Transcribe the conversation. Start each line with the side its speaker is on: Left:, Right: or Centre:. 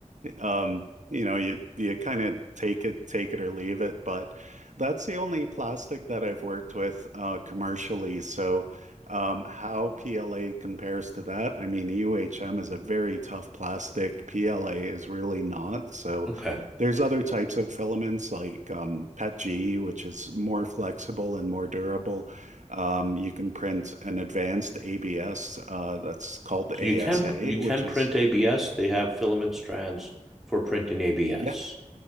Right: Um, you know, you you kind of take it, take it or leave it, but that's the only plastic that I've worked with uh, commercially. So, um, how PLA compares to that? I mean, UHM is a very tough plastic. PLA is really not. So,
Centre: Okay,
Right: there's other types of filaments like um, PETG, which is more flexible and more durable. Um, you can print an advanced ABS uh, that's called
Centre: so
Right: ASA,
Centre: you can you can
Right: which
Centre: print
Right: is
Centre: ABS. They have filament strands for printing ABS.
Right: yeah,